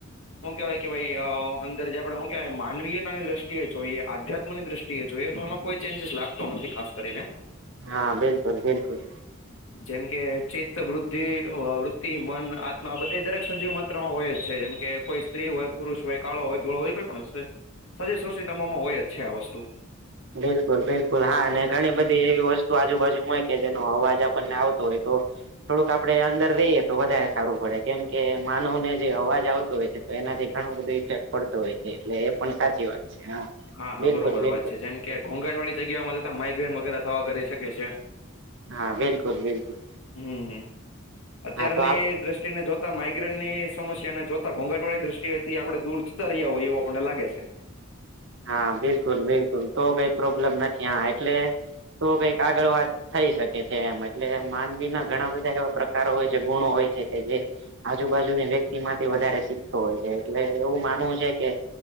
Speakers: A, on the left; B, on the right.
A: હુકેવાય કે ભાઈ અ અંદર જે આપડે હુ કહેવાય માનવીયતાની દ્રષ્ટએ જોઈએ આધ્યાત્મ ની દ્રષ્ટિએ જોઈએ તો એમાં કોઈ ચેન્જીસ લાગતો નથી ખાસ કરીને
B: હા બિલકુલ બિલકુલ.
A: જેમકે ચિત્ત વૃદ્ધિ વૃત્તિ મન આત્મા આ બધ દરેક સજીવ માત્રામાં હોય છે જેમકે કોઈ સ્ત્રી હોય પુરુષ હોય કાળો હોય ધોળો હોય કોઈ પણ હસે સજે સ તમામાં હોય જ છે આ વસ્તુ
B: બિલકુલ બિલકુલ હા અને ઘણી બધી એવી વસ્તુ આજુબાજુ હોય કે જેનો અવાજ આપણને આવતો હોય તો થોડુંક આપડે અંદર રઈયએ તો વધારે સારું પડે કેમ કે માનવ ને જે અવાજ આવતો હોય છે. તો એનાથી ઘણું બધું ઇફેક્ટ પડતો હોય છે એટલે એ પણ સાચી વાત છે હા
A: હા હા
B: બિલકુલ
A: બરોબર
B: બિલકુલ
A: વાત છે જેમ કે ઘોંઘાટ વાળી જગ્યાઓમાં જતા માઇગ્રેન વગેરે થવા કરી શકે છે
B: હા બિલકુલ બિલકુલ
A: હમ્મ અત્યારની
B: હા તો આપ
A: દ્રષ્ટ ને જોતા માઇગ્રેન ની સમસ્યા ને જોતા ઘોઘટ વાળી દ્રષ્ટિ થી આપણે દૂર જતા રહ્યા હોયએ એવો મને લાગે છે
B: હા બિલકુલ બિલકુલ તો કઈ પ્રોબ્લેમ નથી હા એટલે તો કઈક આગળ વાત થઈ શકે છે એમ એટલે માનવી ના ઘણા બધા એવા પ્રકાર હોય છે ગુણો હોય છે કે જે આજુબાજુની વ્યક્તિ માંથી વધારે શીખતો હોય છે એટલે એવું માનવું છે કે